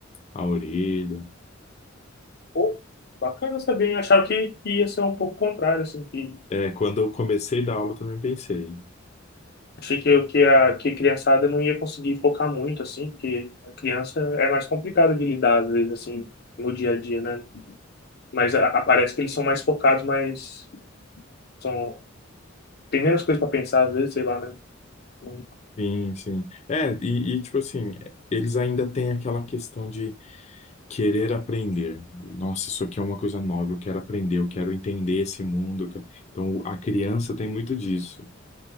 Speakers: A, on the left; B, on the left.
A: a orelha.
B: pô, bacana saber. hein? Achava que, que ia ser um pouco contrário, assim, que
A: É, quando eu comecei a dar aula, eu também pensei.
B: achei que, que, a, que a criançada não ia conseguir focar muito, assim, porque a criança é mais complicada de lidar, às vezes, assim, no dia a dia, né? Mas a, a- parece que eles são mais focados, mas são, tem menos coisa para pensar, às vezes, sei lá, né? Não-
A: Sim, sim. É, e, e, tipo assim, eles ainda têm aquela questão de querer aprender. Nossa, isso aqui é uma coisa nova, eu quero aprender, eu quero entender esse mundo. eu quero- Então, a criança tem muito disso.